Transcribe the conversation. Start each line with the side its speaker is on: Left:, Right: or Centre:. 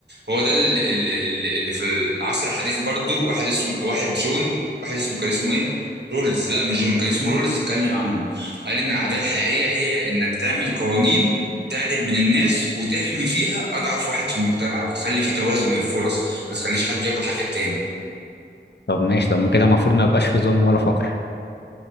Right: هو ده ال- ال- ال- اللي في العصر الحديث برضو واحد اسمه واحد جون واحد اسمه كان اسمه ايه رولز لا مش جون كان اسمه رولز اتكلم عنه قال ان العداله الحقيقيه هي انك تعمل قوانين تعدل بين الناس وتحمي فيها اضعف واحد في المجتمع وتخلي فيه توازن للفرص ما تخليش حد ياكل حق التاني
Left: طب ماشي طب ما كده المفروض ما يبقاش في ظلم ولا فقر